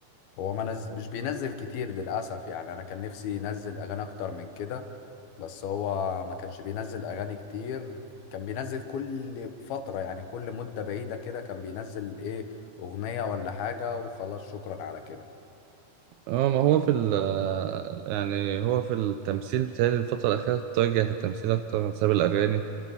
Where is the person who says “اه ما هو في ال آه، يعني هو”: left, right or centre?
Right